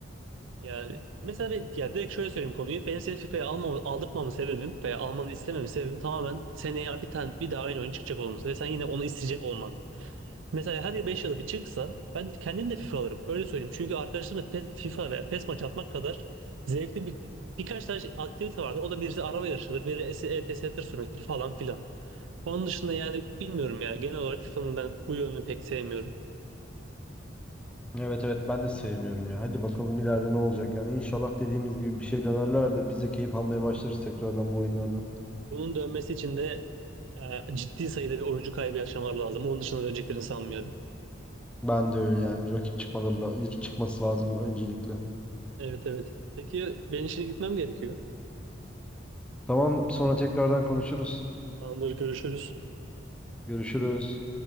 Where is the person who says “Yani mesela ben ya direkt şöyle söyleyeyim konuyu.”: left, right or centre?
Right